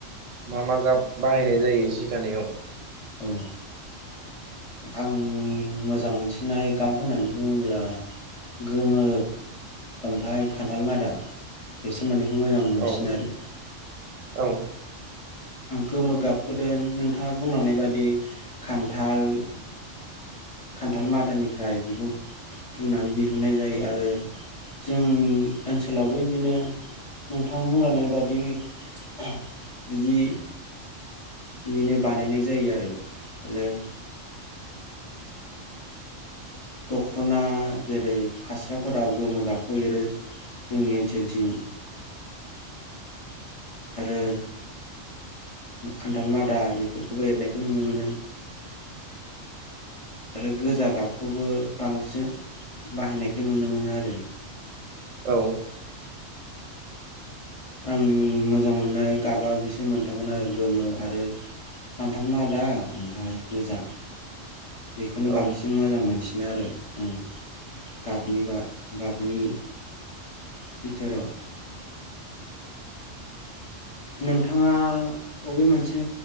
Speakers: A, on the right; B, on the left.
A: मा मा गाब बाहायनाय जायो जि थानायाव
B: औ आंनि मोजां मोनसिननाय गाब होननानै बुङोब्ला गोमो ओमफ्राय खान्थाल मादा बेसोरोन्दैखौ मोजां मोनसिन
A: औ
B: आरो
A: औ
B: गोमो गाबखोदो नोंथाङा बुंलांनाय बादि खान्थाल खान्थाल मादानिफ्राय बेखौ फुनानै दिहुननाय जायो आरो जोंनि ओनसोलावबो बिदिनो नोंथां बुंलायनाय बादि बिदि बिदिनो बानायनाय जायो आरो आरो दख'ना जेरै फास्राफोराव गोमो गाबखौ एरो जोंनि ओनसोलथिं आरो खान्थाल मादा बेफोरखौबो एरनायखौ नुनो मोनो आरो गोजा गाबखौबो बांसिन बाहायनायखौ नुनो मोनो आरो
A: औ
B: आंनि मोजां मोननाय गाबा बिसोर मोनथाममोन आरो गोमो आरो खान्थाल मादा ओमफ्राय गोजा बेखौनो बांसिन
A: औ
B: मोजां मोनसिन बिनो आरो ओं गाबनि बा गाबनि बिथोराव नोंथाङा बबे मोनसे